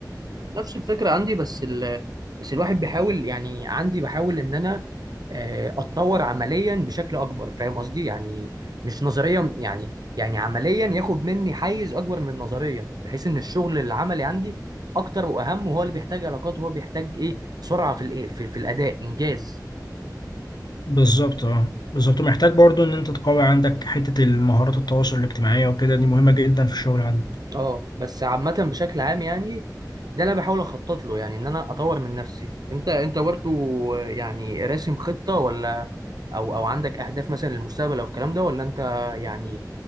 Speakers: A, on the right (about 65°); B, on the left (about 70°).
A: نفس الفكرة عندي بس ال... بس الواحد بيحاول يعني عندي بحاول ان انا آه، اتطور عمليا بشكل اكبر فاهم قصدي يعني مش نظريا يعني يعني عمليا ياخد مني حيز اكبر من نظريا بحيث ان الشغل العملي عندي اكتر واهم وهو اللي بيحتاج علاقات وهو بيحتاج ايه سرعة في الإيه- في, في الاداء انجاز
B: بالظبط اه بالظبط محتاج برضو ان انت تقوي عندك حتة المهارات التواصل الاجتماعية وكده دي مهمة جدا في الشغل عندك
A: اه بس عامة بشكل عام يعني ده اللي انا بحاول اخطط له يعني ان انا اطور من نفسي انت انت برضه يعني راسم خطة ولا او او عندك اهداف مثلا للمستقبل او الكلام ده ولا انت يعني